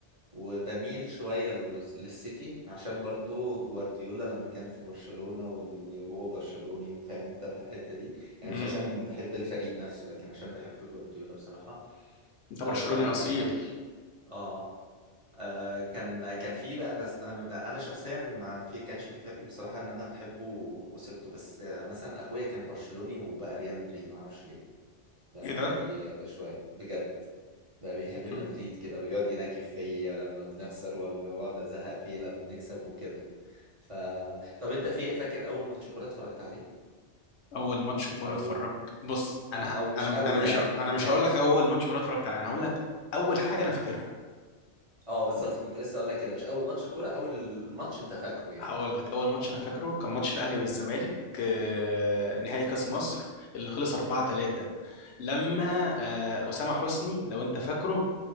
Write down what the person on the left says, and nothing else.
مم.
انت برشلوني
اصيل
ايه
ده
مم.
اول ماتش كوره
اتفرجت بص انا ه...
انا
انا مش
ه... انا مش
هقول
لك اول ماتش كوره اتفرجت عليه انا هقول لك اول حاجه انا فاكرها
هقول لك اول ماتش انا فاكره كان ماتش الاهلي والزمالك آه، نهائي كاس مصر اللي خلص 4 3 لما آه، اسامه حسني لو انت فاكره